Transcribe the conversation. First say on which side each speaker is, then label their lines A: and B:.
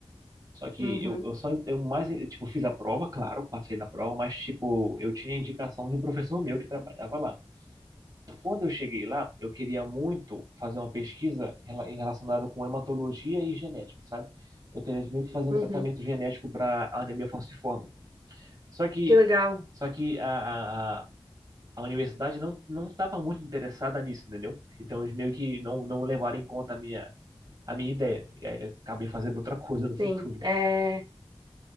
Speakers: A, on the right (about 35°); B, on the right (about 55°).
A: Só que
B: uhum,
A: eu, eu só, eu mais, eu, tipo, fiz a prova, claro, passei na prova, mas, tipo, eu tinha indicação de um professor meu que trabalhava lá. Quando eu cheguei lá, eu queria muito fazer uma pesquisa rela- relacionada com hematologia e genética, sabe? Eu queria meio que fazer um
B: uhum.
A: tratamento genético para a anemia falciforme. Só que,
B: Que legal.
A: só que a, a, a a universidade não não estava muito interessada nisso, entendeu? Então, eles meio que não, não levaram em conta a minha, a minha ideia. E aí eu acabei fazendo outra coisa no futuro.
B: Sim. É,